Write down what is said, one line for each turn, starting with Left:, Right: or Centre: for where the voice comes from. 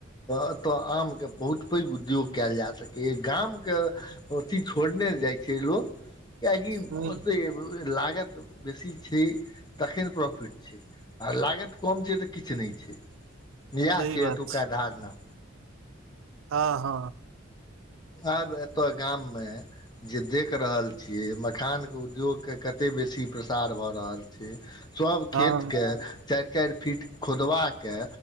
Left: एतऽ आम के बहुत पैघ उद्योग कयल जा सकैए गाम छोड़ने जाइ छै लोक कियकि
Right: ह
Left: ओतै लागत छै तखैन प्रोफिट छै आ लगत कम छै तऽ किछु नहि छै इएह
Right: सही
Left: छै
Right: बात
Left: एतुका धारण
Right: हँ हँ
Left: आब एतय गाम मे जे देख रहल छियै मखान के उद्योग के क एते बेसी प्रसार भऽ रहल छै सभ
Right: हँ
Left: खेतके चारि चारि फिट खोदबाके